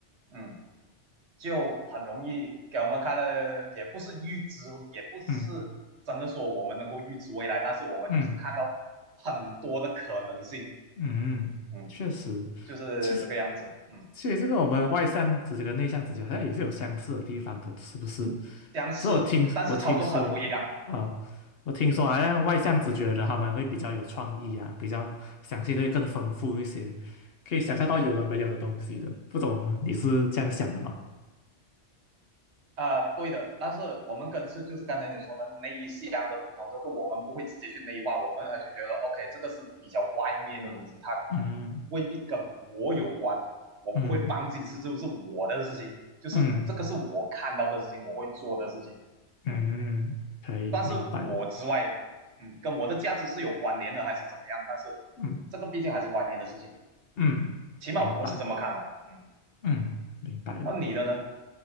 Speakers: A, on the right; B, on the left.
A: 嗯，就很容易给我们看的，也不是预知，也不是真的说我们能够预知未来，
B: 嗯
A: 但是我们就是看到很多的可能性，
B: 嗯嗯，
A: 嗯，
B: 确实，
A: 就是这个样子，
B: 其实
A: 嗯，
B: 其实这个我们外向直觉跟内向直觉好像也是有相似的地方的，是不是？
A: 相似，
B: 这我听我听说啊、
A: 但是操作很不一样。
B: 我听说好像外向直觉的他们会比较有创意啊，比较想象力更丰富一些，可以想象到有的没有的东西的，不懂你是这样想的吗？
A: 啊、呃对的，但是我们跟是就是刚才你说的那一项的不同，这个我们不会直接去内化，我们还是觉得 OK，这个是比较外面的东西，它
B: 嗯。
A: 未必跟我有关，我不会放弃，
B: 嗯
A: 是就是我的事情，就是这个是我看到的事情，
B: 嗯
A: 我会做的事情，
B: 嗯，
A: 嗯，
B: 嗯可以，
A: 但是我之外，
B: 明白了。
A: 嗯，跟我的价值是有关联的，还是怎么样？但是
B: 嗯
A: 这个毕竟还是外面的事情，
B: 嗯，
A: 起码我是这么看的，
B: 明白，
A: 嗯，
B: 嗯，明白了。
A: 然后你的呢？